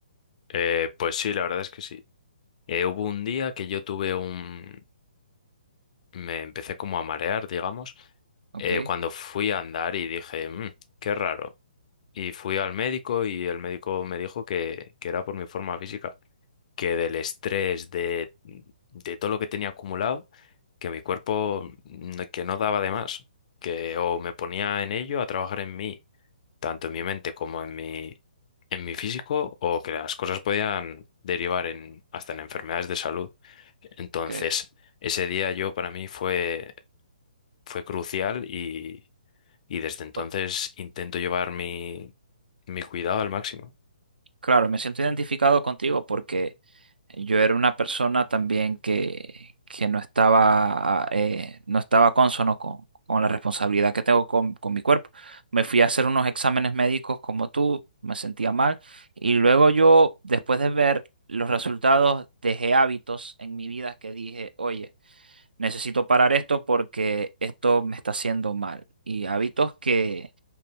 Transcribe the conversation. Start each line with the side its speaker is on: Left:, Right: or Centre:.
Left: Eh, pues sí, la verdad es que sí. Eh, hubo un día que yo tuve un, me empecé como a marear, digamos,
Right: Ok,
Left: eh, cuando fui a andar y dije, "Mm, qué raro. Y fui al médico y el médico me dijo que, que era por mi forma física, que del estrés, de, de todo lo que tenía acumulado, que mi cuerpo, mm, que no daba de más, que o me ponía en ello a trabajar en mí tanto en mi mente como en mi, en mi físico, o que las cosas podían derivar en, hasta en enfermedades de salud. Entonces,
Right: ok,
Left: ese día yo para mí fue, fue crucial y, y desde entonces
Right: ok.
Left: intento llevar mi, mi cuidado al máximo.
Right: Claro, me siento identificado contigo porque yo era una persona también que, que no estaba, ah, eh, no estaba cónsono con, con la responsabilidad que tengo con, con mi cuerpo. Me fui a hacer unos exámenes médicos como tú, me sentía mal y luego yo, después de ver los resultados, dejé hábitos en mi vida que dije, oye, necesito parar esto porque esto me está haciendo mal. Y hábitos que,